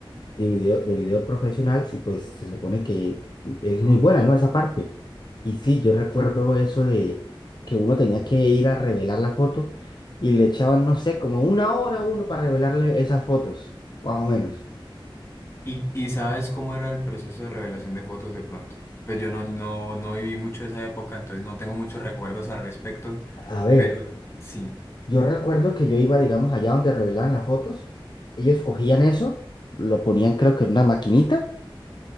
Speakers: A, on the left; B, on the left.
A: de video, de video profesional y pues se supone que es muy buena, ¿no? Esa parte. Y sí, yo recuerdo eso de que uno tenía que ir a revelar la foto y le echaban, no sé, como una hora a uno para revelarle esas fotos, más o menos.
B: ¿Y, y sabes cómo era el proceso de revelación de fotos de pronto? Pues yo no, no, no viví mucho esa época, entonces no tengo muchos recuerdos al respecto,
A: A ver,
B: pero sí,
A: yo recuerdo que yo iba, digamos, allá donde revelaban las fotos, ellos cogían eso, lo ponían creo que en una maquinita